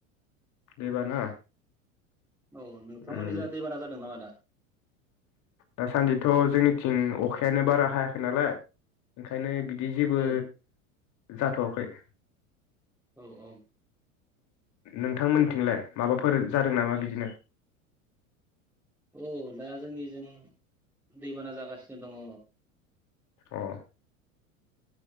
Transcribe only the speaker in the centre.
औ नोंथांमोननि
जा दैबाना जादों नामा दा?
औ
औ औ
औ दा जोंनिजों दैबाना जागासिनो दङ।